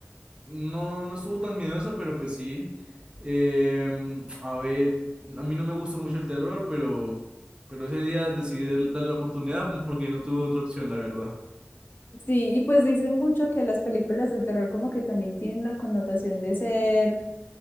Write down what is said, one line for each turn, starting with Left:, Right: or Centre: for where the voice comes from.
Right: no, no estuvo tan miedosa, pero pues sí. Em, a ver, a mí no me gusta mucho el terror, pero, pero ese día decidí darle la oportunidad porque no tuve otra opción, la verdad.
Left: Sí, y pues dicen mucho que las películas de terror como que también tienen una connotación de ser